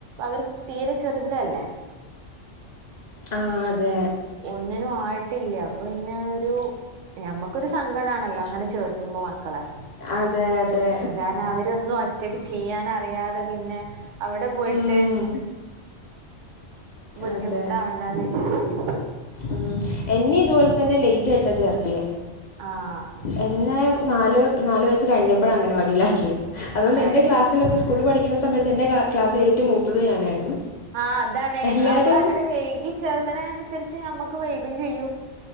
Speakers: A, on the right; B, on the left.
A: അവര് തീരെ ചെറുതല്ലേ
B: ആഹ് അതെ
A: ഒന്നിനും ആയിട്ടില്ല അപ്പൊ പിന്നെ ഒരു ഞമ്മക്കൊരു സങ്കടമാണല്ലോ അങ്ങനെ ചേർത്തുമ്പോ മക്കളെ
B: അതെ അതെ
A: കാരണം അവരൊന്നും ഒറ്റക്ക് ചെയ്യാൻ അറിയാതെ പിന്നെ അവിടെ പോയിട്ട്
B: ഉം,
A: ബുദ്ധിമുട്ടാവണ്ടന്ന്
B: അതെ
A: വിചാരിച്ചു
B: ഉം എന്നെ ഇതുപോലെ തന്നെ ലേറ്റ് ആയിട്ടാ ചേർത്തേ
A: ആഹ്
B: എന്നെ നാല് നാല് വയസ്സ് കഴിഞ്ഞപ്പോഴ അംഗനവാടിലാക്കി അതുകൊണ്ട്
A: അത്
B: എൻ്റെ
A: ശരി
B: ക്ലാസ്സിലൊക്കെ സ്കൂള് പഠിക്കുന്ന സമയത്ത് എന്റെ ക്ലാസ്സിൽ ഏറ്റ് മുത്തത് ഞാനായിരുന്നു
A: ആഹ് അതാണ്
B: എല്ലാവരും
A: നമ്മൾ അങ്ങനെ വൈകി ചേർത്തന അനുസരിച്ച് നമ്മക്ക് വൈകും ചെയ്യും